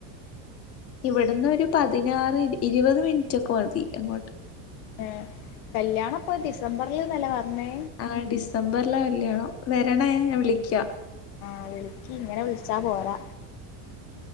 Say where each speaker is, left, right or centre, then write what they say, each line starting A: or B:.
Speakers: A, on the left; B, on the left.
A: ഇവിടുന്ന് ഒരു പതിനാറ് ഇരുപത് മിനിറ്റൊക്കെ മതി അങ്ങോട്ട്
B: ഏ കല്യാണ്പ്പ ഡിസംബറിൽന്നല്ലെ പറഞ്ഞേ
A: ആ ഡിസംബറിലാ കല്യാണം വരണേ ഞാൻ വിളിക്കാ
B: ആ വിളിക്ക് ങ്ങനെ വിളിച്ചാ പോരാ